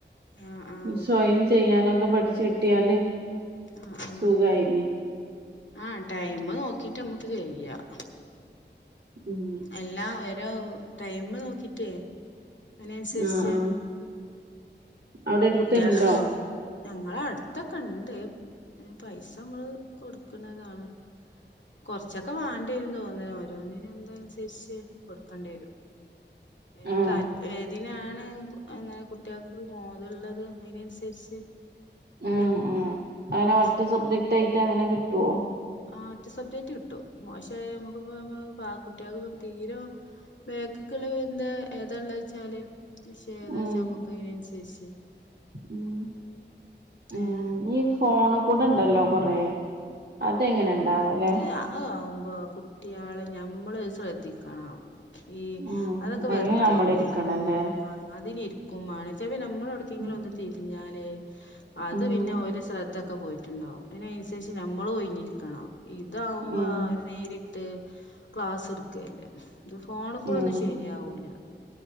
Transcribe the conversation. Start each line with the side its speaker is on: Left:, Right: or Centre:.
Left: ആഹ് ആഹ്
Right: സ്വയം ചെയ്യാനൊക്കെ പഠിച്ചു കിട്ടിയാല്
Left: ആഹ് ആഹ്
Right: സുഖായിന്
Left: ആഹ് ആഹ് ടൈമ് നോക്കിട്ട് നമ്മക്ക് ചെയ്യാം
Right: ഉം
Left: എല്ലാം ഓരോ ടൈമ് നോക്കീട്ടേ അതിന് അനുസരിച്ച്
Right: ആഹ് ആഹ് അവിടെ അടുത്തുണ്ടോ
Left: കുട്ടിയാ ഞങ്ങളെ അടുത്തൊക്കെ ഉണ്ട് പൈസ നമ്മള് കൊടുക്കണതാണ് കൊറച്ചൊക്കെ വാണ്ടി വരൂന്നു തോന്നണ് ഓരോന്നിനും തിരിച്ച് കൊടുക്കേണ്ടി വരും ഏതാ
Right: ആഹ്
Left: താ ഏതിനാ ണ് അങ്ങനെ കുട്ടികൾക്ക് ബോധമുള്ളത് അതിനനുസരിച്ച്
Right: ഉം
Left: ചിലപ്പോ
Right: ഉം അങ്ങനെ
Left: മാക്സോ
Right: ഒറ്റ സബ്ജക്ട് ആയിട്ട് അങ്ങനെ കിട്ടുവോ
Left: ആ ഒറ്റ സബ്ജക്റ്റ് കിട്ടും മോശമായാൽ നമുക്കിപ്പ നമ്മ ആ കുട്ടികൾക്ക് തീരെ ബാക്കിക്കുള്ളത് എന്താ ഏതാ ഉള്ളതെന്ന് വെച്ചാല് വിഷയം ഏതാ
Right: ഉം
Left: വെച്ചാ നമുക്ക് അതിന് അനുസരിച്ച്
Right: ഉം ഉം
Left: ഏഹ്
Right: ഈ ഫോണിൽ കൂടെ ഇണ്ടല്ലോ കൊറേ അതെങ്ങനെ ഉണ്ടാവല്ലേ
Left: അത് ആ ആവുമ്പൊ കുട്ടികളെ ഞമ്മള് ശ്രദ്ധിക്കണം ഈ
Right: ഉം
Left: അതൊക്കെ
Right: അയിന്
Left: വെറുതാണ്
Right: നമ്മളിരിക്കണല്ലേ
Left: ആ അതിലിരിക്കും ആ ന്ന് നമ്മള് എവിടക്കെങ്കിലും
Right: ഉം
Left: ഒന്ന് തിരിഞ്ഞാല് അത്
Right: ഉം
Left: പിന്നെ ഓല് ശ്രദ്ധ ഒക്കെ പോയിട്ടുണ്ടാവും അതിനനുസരിച്ച് നമ്മളും ഒഴിഞ്ഞിരിക്കണം ഇതാവുമ്പോ
Right: ഉം
Left: അവര് നേരി ക്ലാസ്സ് എടുക്കുകല്ലേ ഇത് ഫോണിൽ കൂടെ
Right: ഉം
Left: ഒന്നും ശരിയാവൂല്ല